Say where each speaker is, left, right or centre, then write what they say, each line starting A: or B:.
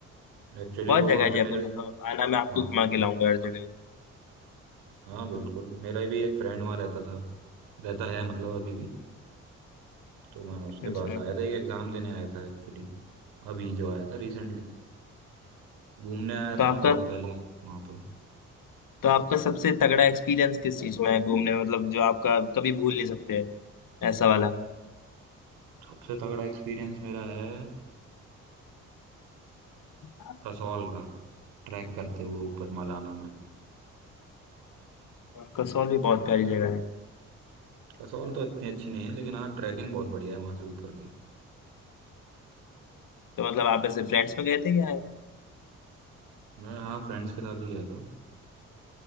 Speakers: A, on the right; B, on the left.
A: एक्चुअली
B: बहुत
A: वो
B: जगह
A: वहाँ
B: है
A: पे
B: जयपुर
A: मेरा एक
B: में तो आना मैं आपको
A: वहाँ
B: घुमा
A: तो
B: के लाऊंगा हर जगह ही
A: हाँ बिल्कुल मेरा भी एक फ्रेंड वहाँ रहता था रहता है मतलब अभी भी तो मैं उसके
B: अच्छा
A: पास आया था एक एग्जाम देने आया था एक्चुअली अभी जो आया था रिसेंटली। घूमने आया
B: तो
A: था
B: आपका
A: मैं बहुत पहले वहां पे
B: तो आपका सबसे तगड़ा एक्सपीरियंस किस चीज में है घूमने में? मतलब जो आपका कभी भूल नहीं सकते ऐसा वाला
A: सबसे तगड़ा एक्सपीरियंस मेरा है
B: अच्छा,
A: कसौल का ट्रैक करते हुए ऊपर मलाना में
B: कसौल भी बहुत प्यारी जगह
A: कसौल
B: है
A: तो इतनी अच्छी नहीं है लेकिन हाँ ट्रैकिंग बहुत बढ़िया है वहां से ऊपर की
B: तो मतलब आप ऐसे फ्रेंड्स में गए थे या
A: मैं हाँ फ्रेंड्स के साथ ही गया था